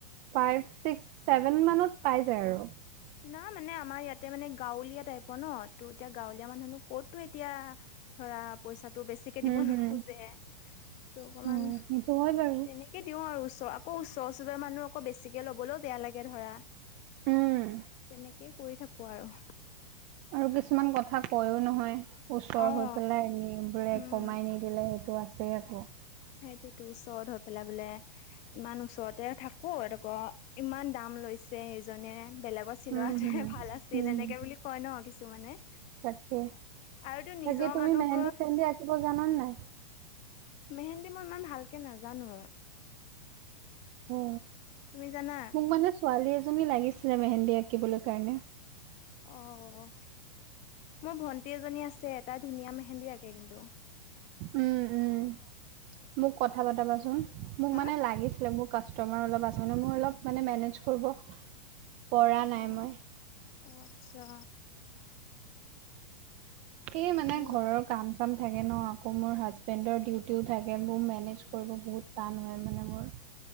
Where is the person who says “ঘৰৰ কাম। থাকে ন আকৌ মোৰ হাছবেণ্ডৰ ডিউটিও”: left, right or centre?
Right